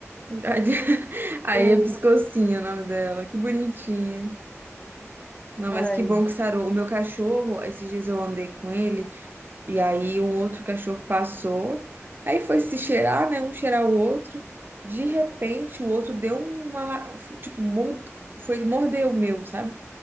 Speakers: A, on the right; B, on the left.
A: <laughs> Aí
B: Uhum.
A: é Piscocinha o nome dela. Que bonitinha. Não,
B: Ai,
A: mas que bom que sarou. O meu cachorro, esses dias eu andei com ele, e aí um outro cachorro passou, aí foi se cheirar, né? Um cheirar o outro. De
B: aham.
A: repente, o outro deu uma. la- Tipo, mord... foi morder o meu, sabe?